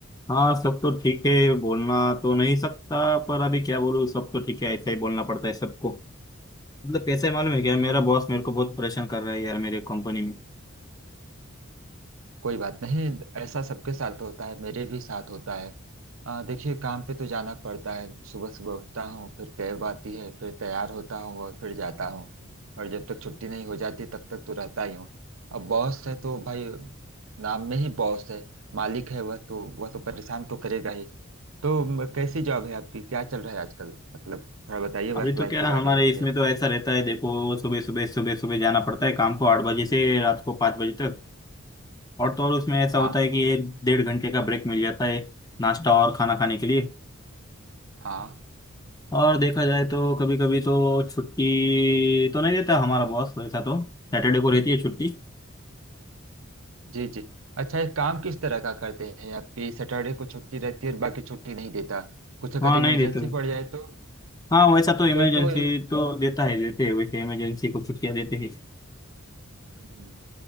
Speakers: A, on the left; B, on the right.
A: हाँ सब तो ठीक है बोलना तो नहीं सकता पर अभी क्या बोलूँ सब तो ठीक है ऐसा ही बोलना पड़ता है सबको मतलब कैसा है मालूम है क्या
B: हम्म,
A: मेरा बॉस मेरे को बहुत परेशान कर रहा है यार मेरे कंपनी में
B: कोई बात नहीं ऐसा सबके साथ होता है मेरे भी साथ होता है आ, देखिए काम पे तो जाना पड़ता है सुबह सुबह उठता हूँ फिर कैब आती है फिर तैयार होता हूँ और फिर जाता हूँ और जब तक छुट्टी नहीं हो जाती तब तक तो रहता ही हूँ अब बॉस है तो भाई नाम में ही बॉस है मालिक है वह तो वह तो परेशान तो करेगा ही तो म- कैसी जॉब है आपकी क्या चल रहा है आजकल मतलब थोड़ा बताइए वर्क
A: अभी तो
B: लाइफ
A: क्या
B: के बारे
A: हमारे
B: में अपने
A: इसमें तो ऐसा रहता है देखो सुबह सुबह सुबह सुबह जाना पड़ता है काम को आठ बजे से रात को पाँच बजे तक और तो और उसमें ऐसा
B: हाँ
A: होता है कि एक डेढ़ घंटे का ब्रेक मिल जाता है नाश्ता और खाना खाने के लिए
B: हाँ
A: और देखा जाए तो कभी कभी तो छुट्टी तो नहीं देता हमारा बॉस वैसा तो सैटरडे को रहती है छुट्टी
B: जी जी अच्छा एक काम किस तरह का करते हैं आपकी सैटरडे को छुट्टी रहती है और बाकी छुट्टी नहीं देता कुछ अगर
A: हाँ
B: इमरजेंसी
A: नहीं देते
B: पड़ जाए तो
A: हाँ वैसा तो इमरजेंसी
B: फिर तो ये-
A: तो देता है देते हैं वैसे इमरजेंसी को छुट्टियाँ देते हैं
B: हम्म,